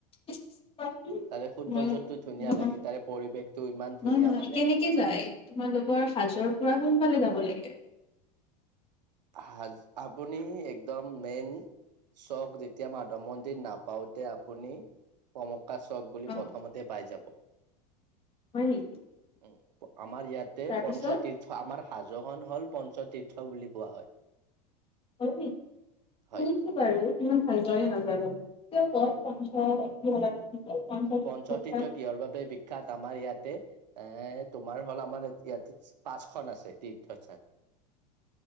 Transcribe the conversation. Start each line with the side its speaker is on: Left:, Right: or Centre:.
Left: <unintelligible>
Right: তাৰে সৌন্দৰ্যটো
Left: নহয়-নহয়
Right: ধুনীয়া লাগে তাৰে পৰিৱেশটো ইমান ধুনীয়া মানে
Left: কেনেকে যায় তোমালোকৰ হাজোৰ পৰা কোনফালে যাব লাগে
Right: হাজো আপুনি একদম মেইন চক যেতিয়া মাধৱ মন্দিৰ নাপাওঁতে আপুনি পোৱামক্কা চক বুলি
Left: অ'
Right: প্ৰথমতে পাই যাব।
Left: হয় নেকি?
Right: উম, আমাৰ ইয়াতে
Left: তাৰপিছত
Right: পঞ্চতীৰ্থ আমাৰ হাজো খন হ'ল পঞ্চতীৰ্থ বুলি কোৱা হয়
Left: হয় নেকি
Right: হয়
Left: শুনিছোঁ বাৰু। ইমান ভালদৰে নাজানো কিয় ক পঞ্চ পঞ্চ তীৰ্থস্থান
Right: পঞ্চতীৰ্থ ইহৰ বাবে বিখ্যাত আমাৰ ইয়াতে, এ তোমাৰ হ'ল আমাৰ ইয়াতে পাঁচখন আছে তীৰ্থস্থান।